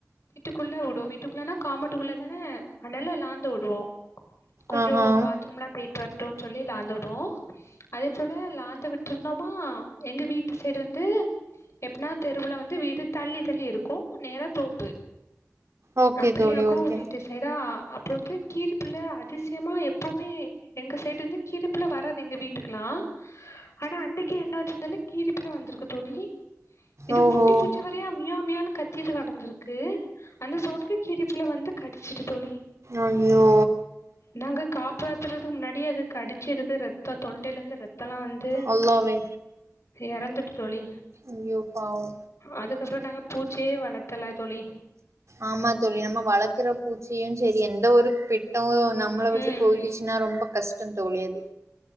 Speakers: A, on the left; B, on the right.
A: குள்ள விடுவோ வீட்டுக்குள்ளானா காமோட்டுக்குள்ள தானே அனால லாந்த விடுவோ கொஞ்சோ
B: ஆ ஆ
A: பாத்ரூம்லா போயிட்டு வரட்டும்னு சொல்லி லாந்த விடுவோ அதே போல லாந்து விட் ருந்தோமா எங்க வீட்டு சைடு வந்து எப்டின்னா தெருவுல வந்து வீடு தள்ளி தள்ளி இருக்கு நேர தோப்பு
B: ஓகே
A: அப்டியாக்கு
B: தோழி ஓகே
A: வீட்டு சைடா அப்பற வந்து கீரிப்புள்ள அதிசயமா எப்பவுமே எங்க சைடு இருந்து கீருப்புல்ல வராது எங்க வீட்டுக்கெல்லா ஆனா அன்னைக்கு என்னச்சின்னு தெரில கீரிப்புல்ல வந்திருக்கு தோழி இது
B: ஓஹோ
A: குட்டி பூச்ச மாறியே மியாவ் மியாவ் னு கத்திட்டு கிடந்திருக்கு அந்த சவுண்டுக்கு கிருப்புல வந்து கடிச்சிட்டு தோழி
B: ஐயோ
A: நாங்க காப்பாத்துறதுக்கு முன்னாடி அப்டியே அது கடிச்சு இருக்கு ரத்த தொண்டையில இருந்து ரத்தம்ல்லா வந்து
B: அல்லாவே
A: இறந்துட்டு தோழி
B: ஐயோ பாவோ
A: அதுக்கப்பற நாங்க பூச்சியே வளர்த்தல தோழி
B: ஆமா தோழி நம்ம வளர்க்குற பூச்சயு சரி எந்த ஒரு பெட்டும் நம்மள விட்டு
A: ம்
B: போயிலிச்சுன்னா ரொம்ப கஷ்ட தோழி அது